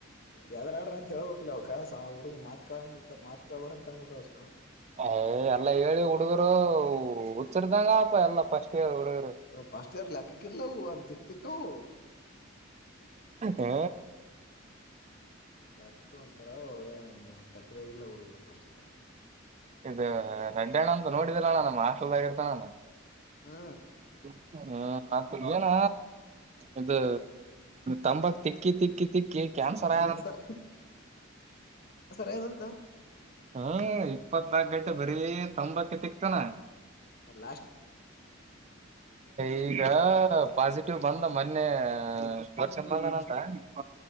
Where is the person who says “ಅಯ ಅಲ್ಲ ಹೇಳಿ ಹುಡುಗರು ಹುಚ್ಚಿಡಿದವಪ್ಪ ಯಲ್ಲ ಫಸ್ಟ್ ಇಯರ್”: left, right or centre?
Right